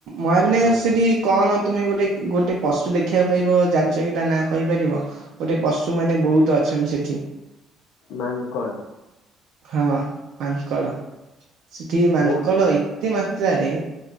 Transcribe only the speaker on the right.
ମହାବିନାୟକ
ସେଠି କଣ ତୁମେ ଗୋଟେ ଗୋଟେ ପଶୁ ଦେଖିବାକୁ ପାଇବ ଜାଣିଛ କି ତା ନା କହିପାରିବ ଗୋଟେ ପଶୁ ମାନେ ବହୁତ ଅ ଅଛନ୍ତି ସେିଠି।
ହଁ ମାଙ୍କଡ଼ ସେଠି ମାଙ୍କଡ
ଏତେ ମାତ୍ରାରେ